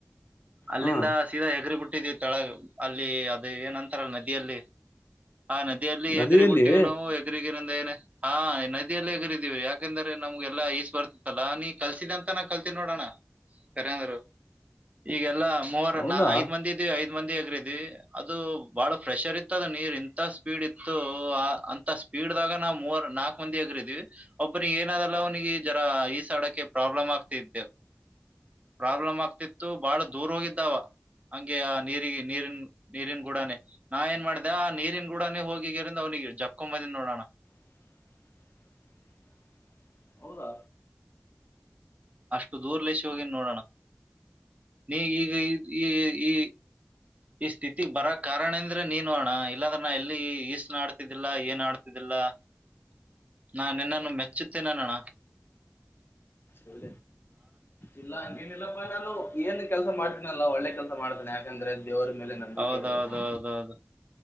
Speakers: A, on the right; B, on the left.
A: ಅಲ್ಲಿಂದ
B: ಹಾ
A: ಸೀದಾ ಎಗರಿ ಬಿಟ್ಟಿದೀವಿ ತಳಗ ಅಲ್ಲಿ ಅದು ಏನಂತಾರಲ್ಲ ನದಿಯಲ್ಲಿ ಹ ನದಿಯಲ್ಲಿ
B: ನದಿಯಲ್ಲಿ
A: ಎಗ್ರ ಬಿಟ್ಟಿವ್ ನಾವು ಎಗ್ರಗ ಹಾ ನದಿಯಲ್ಲಿಗರಿದೀವಿ ಯಾಕೆಂದ್ರೆ ನಮ್ಗೆಲ್ಲಾ ಈಸ್ ಬರ್ತಿತ್ತಲ್ಲಾ ನೀ ಕಲ್ಸಿದ ಅಂತನ ಕಲ್ತನಿ ನೋಡೋಣ ಕರೆಂದರು ಈಗಲ್ಲಾ ಮೂವರ
B: ಹೌದಾ
A: ಐದ್ ಮಂದಿ ಇದ್ವಿ ಐದ್ ಮಂದಿ ಆಗ್ರಿದವಿ ಅದು ಬಹಳ ಪ್ರಫ್ರೆಷರ್ ಇತ್ತದ ನೀರ್ ಇಂತ ಸ್ಪೀಡ್ ಇತ್ತು ಅಂತ ಸ್ಪೀಡ್ ದಾಗ ನಾ ಮೂರ್ ನಾಲ್ಕ್ ಮಂದಿ ಆಗರಿದೀವಿ ಒಬ್ಬಿಗೆ ಏನದಲ್ಲ ಅವನಿಗೆ ಜರ ಸ್ಡಕ್ಕೆ ಪ್ರಾಬ್ಲಮ್ ಆಗ್ತಿದ್ದೆವು ಪ್ರಾಬ್ಲಮ್ ಆಗ್ತಿತ್ತು ಬಾಳ ದೂರ ಹೋಗಿದ್ದಾವ ಹಂಗೆ ಆ ನೀ ನೀರಿನ ನೀರಿನ್ ಗೂಡನೇ ನಾ ಏನ್ ಮಾಡ್ದ ಆ ನೀರಿನ್ ಗೂಡಾನೇ ಹೋಗಿಗ್ಯರಿಂದ ಅವ್ನಿಗೆ ಜಕ್ಕೊಂಬದನ್ ನೋಡೋಣ
B: <inaudible> ಹೌದಾ
A: ಅಷ್ಟು ದೂರ್ ಲಸಿ ಹೋಗನ್ಿ ನೋಡೋಣ ನೀ ಈಗ ಈ ಈ ಈ ಈ ಸ್ಥಿತಿ ಬರ ಕಾರಣ ಅಂದ್ರೆ ನೀನ್ಣ ಇಲ್ಲಾಂದ್ರೆ ನಾ ಎಲ್ಲಿ ಈಸ್ ನಡ್ ತಿದ್ದಿಲ್ಲ ಏನ್ ಆಡ್ತಿದ್ದಿಲ್ಲ ನಾ ನಿನ್ನನ್ನು ಮೆಚ್ಚುತ್ತೆ ನನ್ನಣ
B: ಹೌಲ ಇಲ್ಲ ಹಂಗೇನಿಲ್ಲಪ್ಪಾ ನಾನು ಏನ್ ಕೆಲ್ಸ ಮಾಡ್ತೇನಲ್ಲ ಒಳ್ಳೆ ಕೆಲ್ಸ ಮಾಡ್ತೇನೆ ಯಾಕಂದ್ರೆ ದೇವರ ಮೇಲೆ ನಂಬಿಕೆ
A: ಹೌದೌದೌದೌದು
B: ಇರ್ಬೇಕು